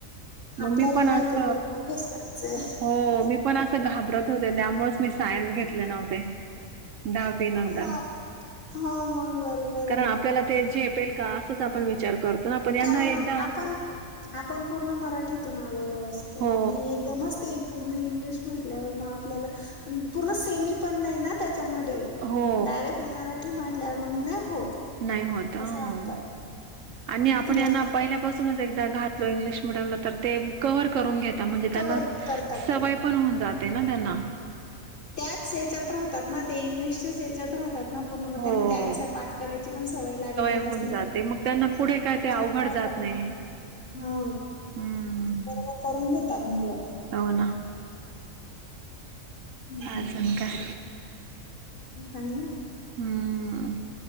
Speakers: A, on the right; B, on the left.
A: मग
B: आपल्याला
A: मी पण
B: माहिती
A: अस
B: पुढे काय हेच करायचंय
A: हो मी पण असं घाबरत. होते त्यामुळेच मी सायन्स घेतले नव्हते. दहावी नंतर
B: मग हो मग बरोबर आहे
A: कारण
B: ना
A: आपल्याला ते झेपेल का? तोच आपण विचार. करतो ना पण यांना
B: कारण
A: एकदा
B: आपण. आपण पूर्ण मराठीतून आलेलो असतो
A: हो
B: आणि एकदमच ते पूर्ण इंग्लिश. म्हटल्यावर मग आपल्या पूर्ण सेमी पण नाहीना त्यात. च्या मध्ये
A: हो
B: डायरेक्ट मराठी म्हटल्यावर मग नाही होत.
A: नाही होत ह
B: असं वाटतं
A: आणि आपण
B: भीती वाटते
A: यांना पहिल्यापासून. एकदा घातलो इंग्लिश मिडीयम ला तर ते कवर. करून घेता म्हणजे
B: कवर
A: त्यांना
B: करतात
A: सवय
B: ते
A: पण होऊन जाते. ते ना त्यांना.
B: त्याच याच्यात राहतात ना ते इंग्लिशच्याच याच्यात राहतात. ना पूर्ण मग
A: हो
B: त्यांना त्यांस पाठ करायची पण सवय लागलेली
A: होऊन
B: असतीठंच
A: जाते मग त्यांना पुढे काय
B: त्याच्या.
A: ते अवघड जात नाही.
B: हा
A: हम्म
B: बरोबर करून घेतात मुलं.
A: हो ना
B: हम्म
A: आजनका-
B: चांगलंय.
A: हम्म